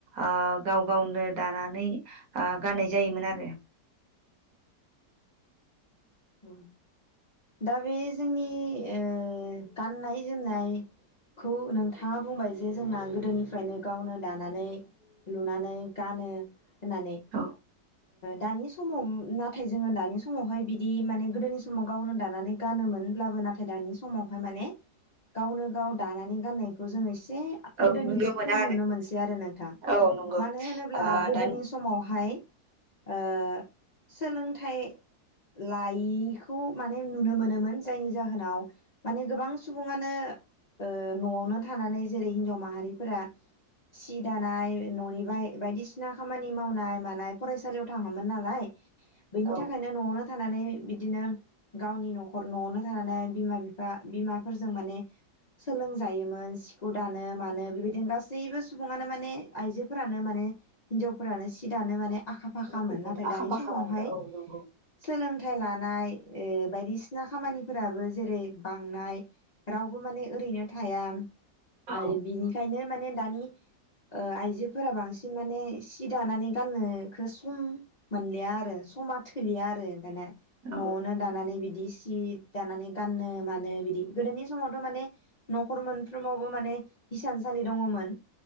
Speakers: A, on the right (about 60°); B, on the left (about 60°).
A: ओ गाव गावनो दानानै ओ गाननाय जायोमोन आरो
B: औ दा बे जोंनि ओ गाननाय जोमनायखौ नोंथाङा बुंबाय जे जोंना गोदोनिफ्रायनो गावनो दानानै लुनानै गानो होननानै
A: औ
B: दानि समाव नाथाय जोङो ओ दानि समावहाय बिदि माने गोदोनि समाव गावनो दानानै गानोमोनब्लाबो नाथाय दानि समावहाय माने गावनो गाव दानानै गाननायखौ जोङो सि एसे
A: औ
B: गोदोनिख्रुइ
A: नुनो मोना
B: खम नुनो मोनसै आरो नोंथां
A: औ औ नंगौ
B: मानो होनोब्ला
A: ओ
B: गोदोनि
A: दा
B: समावहाय ओ सोलोंथाइ लायि खौ माने नुनो मोनोमोन जायनि जाहोनाव माने गोबां सुबुङानो ओ नआवनो थानानै जेरै हिनजाव माहारिफोरा सि दानाय ननि बाय बायदिसिना खामानि मावनाय मानाय फरायसालियाव थाङामोन नालाय बेनि
A: औ
B: थाखायनो न'आवनो थानानै बिदिनो गावनि नखर न आवनो थानानै बिमा बिफा बिमाफोरजों माने सोलोंजायोमोन सि खौ दानो मानो बेबायदिनो गासै सैबो सुबुङानो माने आइजोफोरानो माने हिनजावफोरानो सि दानो माने आखा फाखामोन
A: औ
B: नाथाय
A: आखा
B: दानि
A: फाखा
B: समावहाय
A: मोन औ नंगौ
B: सोलोंथाइ लानाय ए बायदिसिना खामानिफोराबो जेरै बांनाय रावबो माने ओरैनो थाया ओ
A: औ
B: बिनिखायनो माने दानि ओ आइजोफोरा बांसिन माने सि दानानै गाननोखो सम मोनलिया आरो समा थोलिया आरो दाना न
A: औ
B: आवनो नानै बिदि सि दानानै गाननो मानो बिदि गोदोनि समावथ' माने नखर मोनफ्रोमावबो माने हिसानसालि दङमोन।